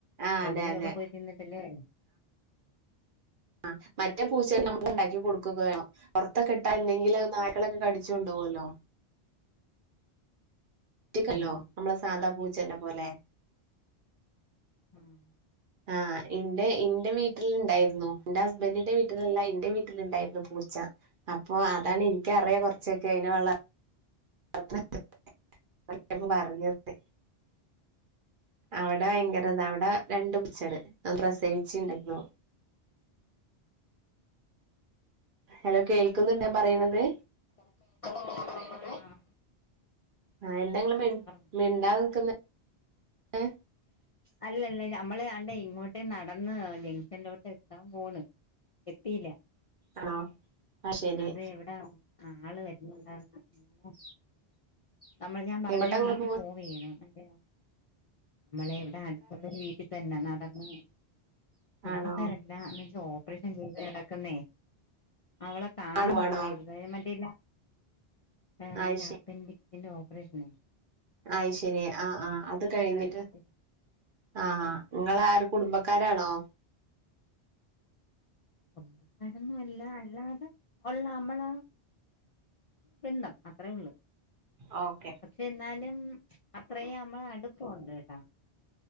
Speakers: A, on the right (about 55°); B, on the left (about 50°).
A: ആഹ്
B: എവിടെങ്കിലുംക്കെ
A: അതെ അതെ
B: പോയി തിന്നട്ടെ ലെ
A: ആ മറ്റേ പൂച്ചൽ നമ്മൾ ഉണ്ടാക്കി കൊടുക്കുകയോ വേണം പൊറത്തൊക്കെ ഇട്ടാല്ലേങ്കിലത് നായ്കളൊക്കെ കടിച്ച് കൊണ്ടോവല്ലോ റ്റിക്കല്ലോ
B: ആഹ്
A: നമ്മളെ സാദാ പൂച്ചന്റെ പോലെ
B: ആഹ്
A: ആഹ് ഇന്റെ ഇന്റെ വീട്ടില്ണ്ടായിരുന്നു ഇന്റെ ഹസ്ബൻഡിന്റെ വീട്ടിലല്ല ഇന്റെ വീട്ടില്ണ്ടായിരുന്നു പൂച്ച അപ്പൊ അതാണ് ഇനിക്കറിയ കൊറച്ചൊക്കെ അയിനെ വള <unintelligible> പറഞ്ഞത് അവടെ ഭയങ്കരതാ അവിടെ രണ്ടു പൂച്ചേര് അത് പ്രസവിച്ച്ണ്ടായിരുന്നു ഹലോ കേൾക്കുന്നുണ്ടോ ഞാൻ പറിണത്
B: ആഹ്
A: ആഹ് എന്താ ഇങ്ങള് മി
B: പറഞ്ഞോ
A: മിണ്ടാതെ നിക്ക്ന്നേ
B: അല്ലല്ല നമ്മള് ആണ്ടേ ഇങ്ങോട്ട് നടന്ന് ജംഗ്ഷനിലോട്ട് എത്താൻ പോണ് എത്തിയില്ല
A: ആണോ ആഹ് ശരി
B: അത് എവിടാ ആള് വരുന്നുണ്ടോന്ന് ഇങ്ങനെ നമ്മള് ഞാൻ പറഞ്ഞ
A: എങ്ങോട്ടാ
B: ഒരു
A: ഇങ്ങള്
B: വീട്ടി
A: പോ
B: പോവേണ് അന്റെ നമ്മളെ അട്ത്ത്ള്ളോര് വീട്ടി തന്നെ നടന്ന് കുടുംബക്കാര
A: ആണോ
B: ല്ല ഓപ്പറേഷൻ ചെയ്ത് കേടക്ക്ന്നേ അവളെ കാണാ
A: ആണോ
B: പോവേര് <unintelligible> അല്ല
A: ആഹ്
B: അപ്പൻഡിക്സിന്റെ ഓപ്പറേഷന്
A: ആയ് ശെരി ആഹ് ആഹ് അത് കഴിഞ്ഞിട്ട്
B: അവരെ വീട്ടിൽ
A: ആഹ് നിങ്ങളാര് കുടുംബക്കാരാണോ
B: കുടുംബക്കാരോന്നുല്ല അല്ലാതെ ഉള്ള നമ്മളാ ബന്ധം അത്രേള്ളൂ
A: ഓക്കെ
B: പക്ഷെ എന്നാലും അത്രേയും നമ്മള് അട്പ്പം ഉണ്ട്ട്ടോ